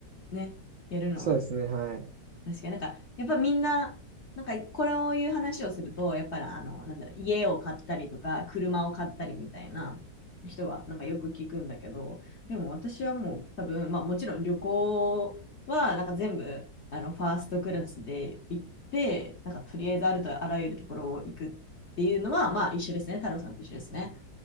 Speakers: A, on the left (about 45°); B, on the right (about 75°).
A: ね、やるのはね。
B: そうですね。はい。
A: 確かになんか、やっぱみんな、なんかこれを言う話をすると、やっぱりあの、なんだろう、家を買ったりとか、車を買ったりみたいな人は、なんかよく聞くんだけど、でも私はもう多分、まあもちろん旅行は、なんか全部、あの、ファーストクラスで行って、なんかとりあえずあるとあらゆるところを行くっていうのは、まあ一緒ですね、太郎さんと一緒ですね。